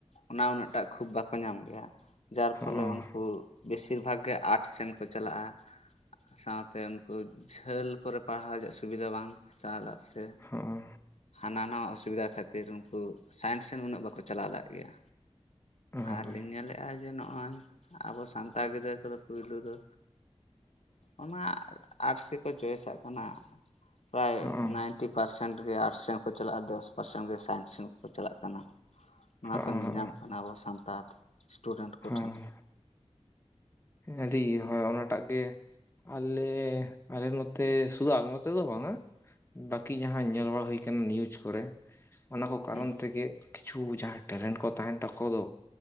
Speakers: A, on the left; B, on the left.
A: ᱚᱱᱟ ᱩᱱᱟᱹᱜ ᱴᱟ ᱠᱷᱩᱵ ᱵᱟᱠᱚ ᱧᱟᱢ ᱞᱮᱱᱟ ᱡᱟᱨ
B: ᱦᱚᱸᱜᱼᱚ
A: ᱯᱷᱚᱞᱚ <unintelligible> ᱵᱮᱥᱤᱨ ᱵᱷᱟᱜᱽ ᱜᱮ ᱟᱴᱥ ᱥᱮᱱ ᱠᱚ ᱪᱟᱞᱟᱜᱼᱟ ᱥᱟᱶᱛᱮ ᱩᱱᱠᱩ ᱡᱷᱟᱹᱞ ᱠᱚᱨᱮ ᱯᱟᱲᱦᱟᱣ ᱨᱮᱭᱟᱜ ᱥᱩᱵᱤᱫᱷᱟ ᱵᱟᱝ ᱥᱟᱞᱟᱜ ᱥᱮ
B: ᱦᱚᱸᱜᱼᱚ
A: ᱦᱟᱱᱟ ᱱᱟᱣᱟ ᱚᱥᱩᱵᱤᱫᱟ ᱠᱷᱟᱹᱛᱤᱨ ᱩᱱᱠᱩ ᱥᱟᱭᱮᱱᱥ ᱨᱮᱱ ᱩᱱᱟᱹᱜ ᱵᱟᱠᱚ ᱪᱟᱞᱟᱣ ᱫᱟᱲᱭᱟᱜ ᱜᱮᱭᱟ
B: ᱦᱚᱸᱜᱼᱚ
A: ᱟᱨᱞᱤᱧ ᱧᱮᱞᱮᱫᱼᱟ ᱡᱮ ᱱᱚᱜᱼᱚᱭ ᱟᱵᱚ ᱥᱟᱱᱛᱟᱲ ᱜᱤᱫᱽᱨᱟᱹ ᱠᱚᱫᱚ ᱯᱳᱭᱞᱳ ᱫᱚ ᱚᱱᱟ ᱟᱨᱴᱥ ᱨᱮᱠᱚ ᱪᱚᱭᱮᱥᱟᱜ ᱠᱟᱱᱟ ᱯᱨᱟᱭ
B: ᱦᱚᱸᱜᱼᱚ
A: ᱱᱟᱭᱤᱱ ᱴᱤ ᱯᱟᱨᱥᱮᱱᱴ ᱜᱮ ᱟᱨᱴᱥ ᱥᱮᱱ ᱠᱚ ᱪᱟᱞᱟᱜᱼᱟ ᱫᱚᱥ ᱯᱟᱨᱥᱮᱱᱴ ᱜᱮ ᱥᱟᱭᱮᱱᱥ ᱨᱮᱱ ᱠᱚ ᱪᱟᱞᱟᱜ ᱠᱟᱱᱟ ᱱᱚᱣᱟ
B: ᱦᱚᱸᱜᱼᱚ
A: ᱠᱚ ᱧᱮᱞ ᱧᱟᱢᱚᱜ ᱠᱟᱱᱟ ᱟᱵᱚ ᱥᱟᱱᱛᱟᱲ ᱥᱴᱩᱰᱮᱱᱴ ᱠᱚᱴᱷᱮᱱ
B: ᱦᱚᱸᱜᱼᱚ ᱟᱹᱰᱤ ᱤᱭᱟᱹ ᱦᱚᱲ ᱚᱱᱟᱴᱟᱜ ᱜᱮ ᱟᱞᱮᱻ ᱟᱞᱮ ᱱᱚᱛᱮ ᱥᱩᱫᱩ ᱟᱞᱮ ᱱᱚᱛᱮ ᱫᱚ ᱵᱟᱝᱟ ᱵᱟᱹᱠᱤ ᱡᱟᱦᱟᱸ ᱧᱮᱞ ᱵᱟᱲᱟ ᱦᱩᱭ ᱠᱟᱱᱟ ᱱᱤᱭᱩᱡᱽ ᱠᱚᱨᱮ ᱚᱱᱟ ᱠᱚ ᱠᱟᱨᱚᱱ
A: ᱦᱩᱸ
B: ᱛᱮᱜᱮ ᱠᱤᱪᱷᱩ ᱡᱟᱦᱟᱸ ᱴᱮᱞᱮᱱᱴ ᱠᱚ ᱛᱟᱦᱮᱱ ᱛᱟᱠᱚ ᱫᱚ